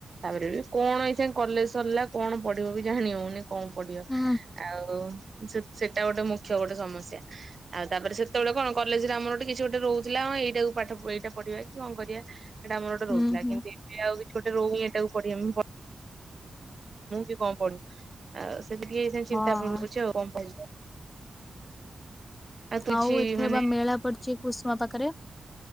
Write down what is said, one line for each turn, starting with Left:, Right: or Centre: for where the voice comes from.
Right: ତାପରେ ବି କଣ ଏଇସେ କଲେଜ ସରିଲା କଣ ପଢିବ ବି ଜାଣି ହଉନି। କଣ ପଡିବ
Left: ହୁଁ
Right: ଆଉସ ସେ ସେଟା ଗୋଟେ ମୁଖ୍ୟ ଗୋଟେ ସମସ୍ୟା। ଆଉ ତାପରେ ସେତେବେଳେ କଣ କଲେଜରେ ଆମର ଗୋଟେ କିଛି ଗୋଟେ ରହୁଥିଲା ଏଇଟାକୁ ପାଠ ଏଇଟା ପଢିବା କି କଣ କରିବା। ସେଇଟା ଆମର ଗୋଟେ
Left: ହୁଁ
Right: ରହୁଥିଲା
Left: ହୁଁ
Right: କେମନ୍ତି ସେ ଆଉ ବି ଛୁଟି ରେ ରହୁନି ଏଟାକୁ ପଢିବ ମୁଁ ବି କଣ ପଢିବି। ଆଉ ସେଇଠି ଟିକେ ସେଇ
Left: ହଁ।
Right: ଚିନ୍ତା କରୁଛି ଆଉ କଣ କହିବି। କିଛି
Left: ଆଉ ଏଥେର
Right: ମାନେ
Left: ବା ମେଳା ପଡିଛି କୁସୁମା ପାଖରେ।